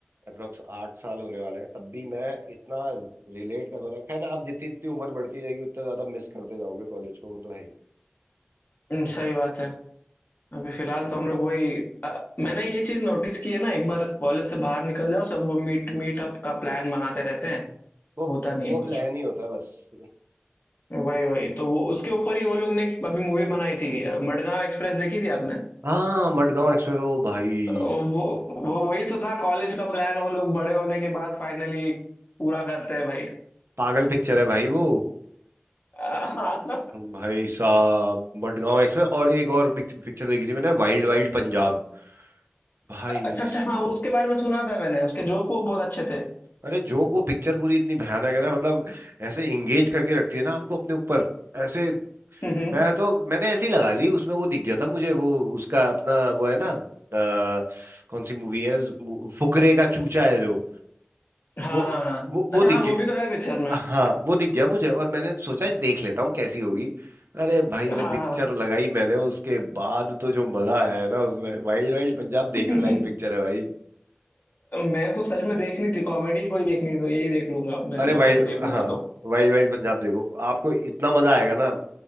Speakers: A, on the right (about 75°); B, on the left (about 55°).
A: अप्रोक्स आठ साल होने वाले हैं तब भी मैं इतना रिलेट कर पा रहा हूँ खैर आप जितनी जितनी उम्र बढ़ती जाएगी उतना ज्यादा मिस करते जाओगे कॉलेज को वो तो है ही
B: हम्म, सही बात है अभी फिलहाल तो हम लोग वही अ, मैंने ये चीज नोटिस की है ना एक बार कॉलेज से बाहर निकल जाओ सब वो मीट मीटअप का प्लान बनाते रहते हैं
A: तो
B: होता नहीं
A: वो
B: है कुछ
A: प्लान ही होता है बस
B: वही वही तो वो उसके ऊपर ही वो लोग ने एक अभी मूवी बनाई थी अ, मडगांव एक्सप्रेस देखी थी आपने?
A: हाँ मडगांव एक्सप्रेस ओ भाई
B: वो वो वही तो था कॉलेज का प्लान वो लोग बड़े होने के बाद फाइनली पूरा करते हैं भाई
A: पागल पिक्चर है भाई वो
B: <laughs>
A: भाई साहब मडगांव एक्सप्रेस और एक और पिक्चर देखी थी मैंने वाइल्ड वाइल्ड पंजाब भाई
B: अच्छा अच्छा हाँ वो उसके बारे में सुना था मैंने उसके जोक वो बहुत अच्छे थे
A: अरे जो वो पिक्चर पूरी इतनी भयानक है ना मतलब ऐसे इंगेज करके रखती है ना आपको अपने ऊपर ऐसे
B: हम्म हम्म।
A: मैं तो मैंने ऐसी लगा ली उसमें वो दिख गया था मुझे वो उसका अपना वो है ना अ, कौन सी मूवी है ज- मु- फुकरे का चूचा है जो
B: हाँ
A: वो
B: हाँ हाँ
A: वो वो
B: अच्छा
A: दिख
B: हाँ वो
A: गया
B: भी तो है पिक्चर में
A: हाँ वो दिख गया मुझे और मैंने सोचा देख लेता हूँ कैसी होगी अरे भाई जब
B: हाँ
A: पिक्चर
B: हाँ
A: लगाई मैंने उसके बाद तो जो मजा आया है ना उसमें वाइल्ड वाइल्ड पंजाब देखने
B: <laughs>
A: लायक पिक्चर है भाई
B: मेरे को सच में देखनी थी कॉमेडी कोई देखनी थी तो यही देख लूंगा अब मेरी
A: अरे वाइल्ड
B: अब जब देखूंगा
A: हाँ
B: तो
A: वाइल्ड वाइल्ड पंजाब देखो आपको इतना मजा आएगा ना